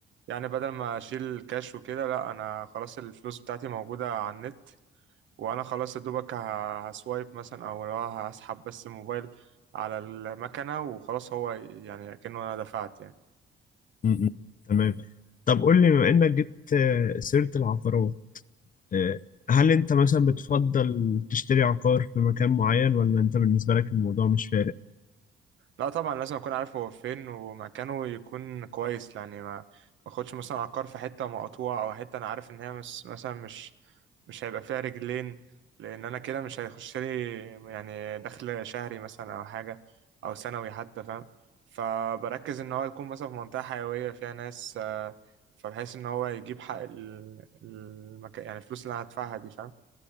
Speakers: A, on the right; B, on the left.
A: يعني بدل ما اشيل كاش وكده لا انا خلاص الفلوس بتاعتي موجودة على النت وانا خلاص يا دوبك ه- هسوايب مثلا او لو هسحب بس الموبايل على المكنة وخلاص هو يعني كأنه انا دفعت يعني
B: مم. تمام طب قول لي بما إنك جبت آه، سيرة العقارات آه، هل انت مثلا بتفضل تشتري عقار في مكان معين ولا انت بالنسبة لك الموضوع مش فارق؟
A: لا طبعا لازم اكون عارف هو فين ومكانه يكون كويس يعني ما ما اخدش مثلا عقار في حته مقطوعه او حته انا عارف ان هي مس مثلا مش مش هيبقى فيها رجلين لان انا كده مش هيخش لي يعني دخل شهري مثلا او حاجه او سنوي حتى فاهم فبركز ان هو يكون مثلا في منطقه حيويه فيها ناس آه، فبحيث ان هو يجيب حق ال- المكان يعني الفلوس اللي انا هدفعها دي فاهم